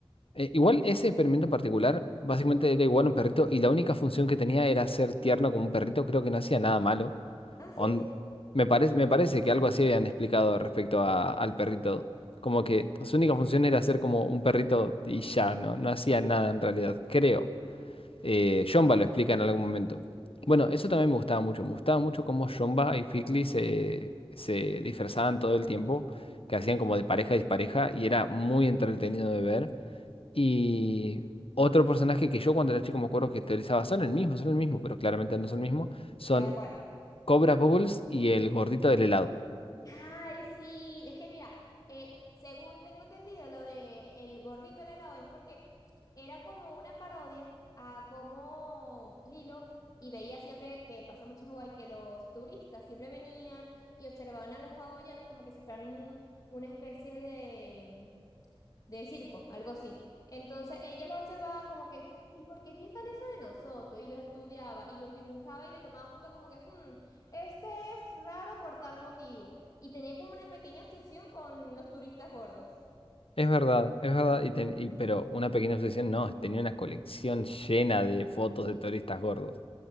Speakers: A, on the left; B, on the left.
A: Eh, igual ese experimento en particular, básicamente era igual a un perrito y la única función que tenía era ser tierno como un perrito, creo que no hacía nada malo.
B: ¿Ah, sí?
A: On- me parece, me parece que algo así habían explicado respecto a- al perrito, como que su única función era ser como un perrito y ya, no, no hacía nada en realidad, creo. Eh, Jomba
B: Ah,
A: lo explica en algún momento. Bueno, eso también me gustaba mucho, me gustaba mucho cómo Jomba y Fikli se, se disfrazaban todo el tiempo, que hacían como de pareja y dispareja y era muy entretenido de ver. Y otro personaje que yo cuando era chico me acuerdo que teorizaba, son el mismo, son el mismo, pero claramente no son el mismo, son
B: ¿Ya va cuál?
A: Cobra Bubbles y el gordito del helado.
B: Ay, sí, es que mira, eh, según tengo entendido, lo de el gordito del helado es porque era como una parodia a cómo Lilo, y veía siempre que pasa mucho en Hawái, que los turistas siempre venían y observaban a los hawaianos como que si fueran un- una especie de, de circo, algo así. Entonces ella los observaba como que, ¿y por qué piensan eso de nosotros? Y los estudiaba y los dibujaba y le tomaba fotos como que, "Hmm, este es raro por tal motivo. Y tenía como una pequeña obsesión con los turistas gordos.
A: Es verdad, es verdad, y ten- y- pero una pequeña obsesión, no, tenía una colección llena de fotos
B: Sí.
A: de turistas gordos.